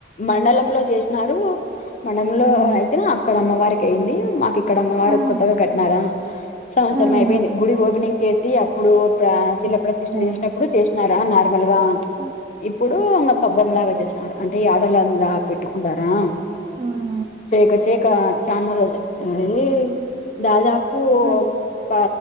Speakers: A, on the left (about 40°); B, on the right (about 30°).
A: మండలం లో చేసినారు మండలంలో
B: ఉమ్
A: అయితేన అక్కడ అమ్మవారికి అయింది. మాకు ఇక్కడ అమ్మవారు
B: ఉమ్
A: కొత్తగా కట్టినారా సంవత్సరం
B: ఉమ్
A: అయిపోయింది, గుడి ఓపెనింగ్ చేసి అప్పుడు ప్ర శిల ప్రతిష్ట
B: ఉమ్
A: చేసినప్పుడు చేసినారా అన్నార్ వా
B: ఉమ్
A: ఇప్పుడు ఇక పబ్బం లాగా చేస్సనారు, అంటే యాటల్లాగా పెట్టుకుంటారా
B: ఉమ్ ఉమ్
A: చేయక చేయక చానా రోజుల అదే దాదాప్ పువ్
B: ఉమ్
A: తా